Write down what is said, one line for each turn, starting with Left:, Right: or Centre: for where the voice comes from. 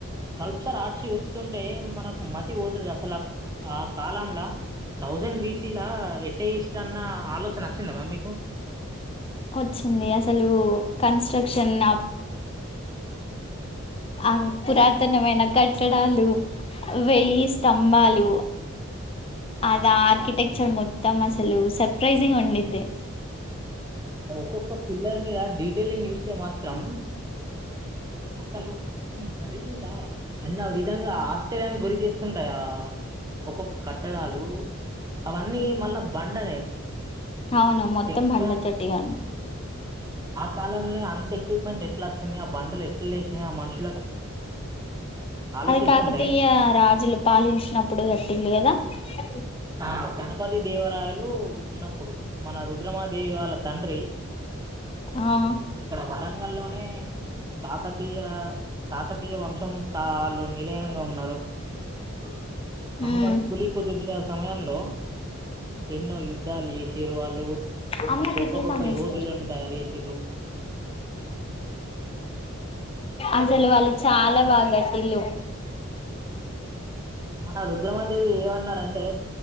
Right: కల్చర్ ఆర్ట్స్ ఇస్తుంటే మనకు మ తి పోతుంది అసలు ఆ కాలంలా తౌసండ్ బిసిలా ఎట్ల జేసిడ్రన్న ఆలోచన వచ్చిందమ్మా మీకు?
Left: వచ్చింది అసలు కన్స్ట్రక్షన్ నప్ ఆ పురాతనమైన కట్టడాలు, వెయ్యి స్తంభాలు, అదా ఆర్కిటెక్చర్ మొత్తం అసలు సర్ప్రైజింగ్ ఉండిద్ది.
Right: ఆ ఒక్కొక్క పిల్లర్ మీద డీ టేలింగ్ చూస్తె మాత్రం అసలు ఇది జరిగిందా అన్న విధం గా ఆశ్చర్యానికి గురి చేస్తుంటాయి ఆ ఒక్కొక్క కట్టడాలు. అవన్నీ మళ్ళ బండనే
Left: అవును మొత్తం
Right: చెక్క
Left: బండ తొటి గా
Right: కాలంల్నే అంత ఎక్యుప్ పంటె ఎట్ల అచ్చింది, ఆ బండలె ట్ల లేశినయి ఆ మనుష్ ఆలోచిస్తుంటే
Left: అది కాకతీయ రాజులు పాలించినప్పుడు కట్టిల్లు కదా! అ
Right: ఆ గణపతి దేవరాయలు ఉన్నప్పుడు మన రుద్రమాదేవి వాళ్ళ తండ్రి.
Left: ఆ
Right: ఇక్కడ వరంగల్లోనే కాక తీయ కాకతీయ వంశం స్థాళ్లు నిలయంగా ఉన్నరు. <inaudible>
Left: హ్మ్
Right: అహ్మద్ కులీ కుతుబ్షా సమయంలో ఎన్నో యు యుద్ధాలు చేసారు వాళ్ళు
Left: అమ్మ
Right: గొప్ప
Left: తిట్లి
Right: గొప్ప
Left: సమ్మిస్తాం
Right: యోధులను తయారు చేసారు
Left: అసలు వాళ్ళు చాలా బాగా కటిల్లు
Right: మన రుద్రమాదేవి ఏమన్నారంటే